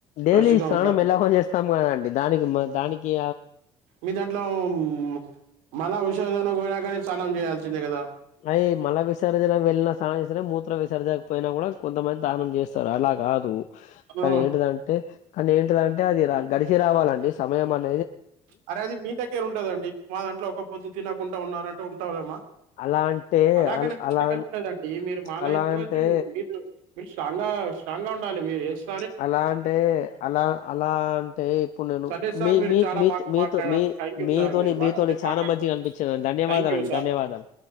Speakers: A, on the left; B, on the right.
A: డైలీ
B: ఫ్రెష్ గా
A: స్నానం
B: ఉంటారు
A: ఎలాగో
B: మీరు
A: చేస్తాం కదండి దానికి దానికి
B: మీ దాంట్లో మ్ మళ ఉషోధన పోయినగాని స్నానం చేయాల్సిందే కదా
A: అయి మళ విసర్జిన వెళ్ళిన సానంజెస్తేనే మూత్ర విసర్జకపోయినా కూడా కొంతమంది తానం చేస్తారు అలాగాదు మ్ కానీ
B: ఆ,
A: ఏంటిదంటే కానీ ఏంటిదంటే అదిరా గడిచి రావాలండి సమయం అన్
B: అరే అది మీ దగ్గర ఉంటదండి మా దాంట్లో ఒక పొద్దు తినకుండా ఉంన్నారంటే ఉంటాలేమా
A: అలా అంటే
B: అలాగనే
A: అలా
B: మీ
A: అలా
B: దగ్గర ఉంటదండి మీరు మాల
A: అలా
B: యేసుకోవచ్చు
A: అంటే
B: మీరు మీరు స్ట్రాంగ్ గా స్ట్రాంగ్ గా ఉండాలి మీరు ఏస్
A: ప్చ్ అలా అంటే అలా అలా అంటే ఇప్పుడు నేను
B: సరే సార్
A: మీ
B: మీరు
A: మీ
B: చాలా
A: మీత్
B: బాగా
A: మీత్
B: మాట్లాడారు
A: మీ
B: థ్యాంక్ యూ
A: మీతోని
B: సార్ మీరు
A: మీతోని
B: బాగాసేపు
A: చానా
B: మాట్లాడినందుకు
A: మంచిగా అన్పించిందండి ధన్యవాదాలండి
B: థ్యాంక్ యూ సార్
A: ధన్యవాదాలు